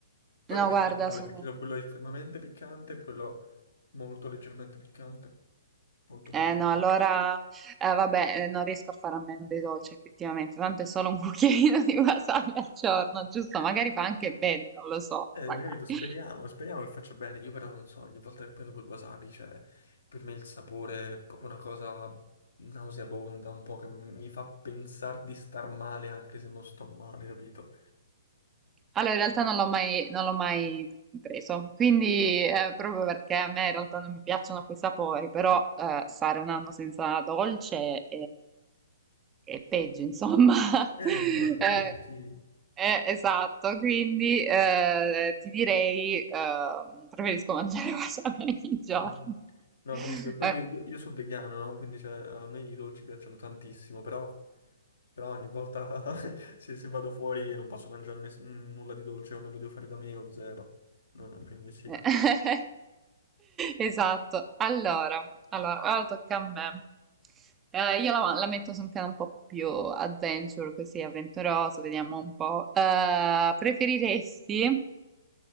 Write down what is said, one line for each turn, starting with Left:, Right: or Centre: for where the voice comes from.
Left: Poi
Right: eh? No,
Left: dipende
Right: guarda,
Left: da quale,
Right: sono
Left: perché quello è estremamente piccante e quello molto leggermente piccante, molto
Right: Eh
Left: blando.
Right: no, allora, eh, vabbè, eh, non riesco a fare a meno dei dolci effettivamente, tanto è solo un cucchiaino <laughs> di wasabi al giorno, giusto? Magari fa anche bene, non lo so,
Left: Eh,
Right: magari.
Left: capito? Speriamo, speriamo che faccia bene. Io però non so, ogni volta che prendo quel wasabi, cioè, per me il sapore è proprio una cosa nauseabonda, un po' che mi fa pensare di star male anche se non sto male, capito?
Right: Allora, in realtà non l'ho mai, non l'ho mai pre- preso, quindi eh, proprio perché a me in realtà non mi piacciono quei sapori, però eh, stare un anno senza dolce è peggio, insomma.
Left: Eh,
Right: <laughs>
Left: no, è peso,
Right: Eh,
Left: sì.
Right: eh, esatto, quindi eh, ti direi, eh, preferisco mangiare <laughs> wasabi ogni giorno.
Left: Mm. No,
Right: <laughs>
Left: capisco. E poi
Right: Eh,
Left: io, io, io sono vegano, no? Quindi, cioè, a me i dolci piacciono tantissimo, però, però ogni volta <laughs> se, se vado fuori non posso mangiare ness- nulla di dolce o me lo devo fare da me o zero. No, quindi sì.
Right: <laughs> Esatto. Allora, allora, ora tocca a me. Eh, io la, la metto su un piano un po' più adventure, così avventuroso, vediamo un po'. Eh, preferiresti